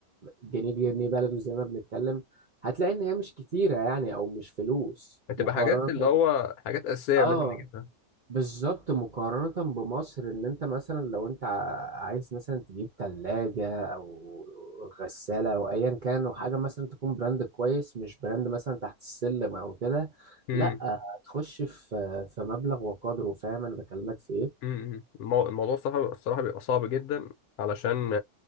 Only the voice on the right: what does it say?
الجنيه جنيه بلده زي ما بنتكلم هتلاقي ان هي مش كتيرة يعني او مش فلوس
مقارنة
اه
بالظبط مقارنة بمصر ان انت مثلا لو انت ع- عايز مثلا تجيب تلاجة او غسالة او ايا كان وحاجة مثلا تكون براند كويس مش براند مثلا تحت السلم او كده
لا هتخش في في مبلغ وقدره فاهم انا بكلمك في ايه